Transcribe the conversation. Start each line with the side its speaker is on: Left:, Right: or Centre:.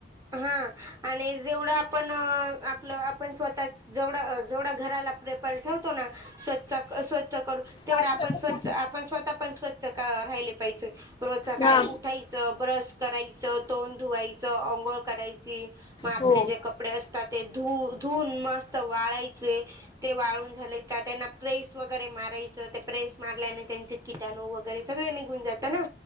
Right: हा् आणि जेवढ आपण आप आपण स्वतः जेव जेवढ घराला ठवतो ना स्व स्वच्छ करू
Left: पाच
Right: तेवढ आपण
Left: पेपर
Right: स्वच्छ आपण स्वतः पण स्वच्छ राहिले पाहिजे रोज का
Left: हा
Right: उठायचं ब्रश करायचं. तोंड धुवायच अंघोळ करायची मग आपले
Left: हो
Right: जे कपडे असतात ते धुऊ धुऊन मस्त. ते वाळायचे ते वाळून झालेत का त्यांना. प्रेस वगैरे मारायचं ते प्रेस मारल्याने त्यांचे किटाणू वगैरे सगळे निघून जातं ना.